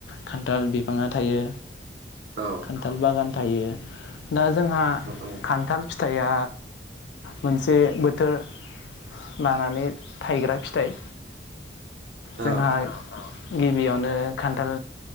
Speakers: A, on the left (about 75°); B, on the right (about 75°).
A: खान्थाल बिफाङा थायो।
B: औ
A: खान्थाल बागान थायो दा जोंहा
B: औ
A: खान्थाल फि फिथाइया मोनसे बोथोर लानानै थाइग्रा फिथाइ।
B: औ
A: जोंहा गिबियावनो खान्थाल